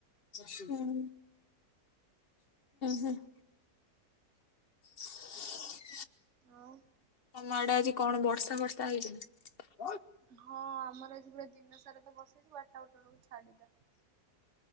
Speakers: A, on the left; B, on the right.
A: ହୁଁ। ହୁଁ ହୁଁ। <inaudible>
B: ଆଉ।
A: ମ ଆଡେ ଆଜି କଣ ବର୍ଷା ବର୍ଷା ହେଇଛି ନା।
B: ହଁ ଆମର ଆଜି ପା ଦିନ ସାରା ତ ବର୍ସେଇଛି ବାରଟା ଗୋଟେ ବେଳକୁ ଛାଡ଼ିଲା।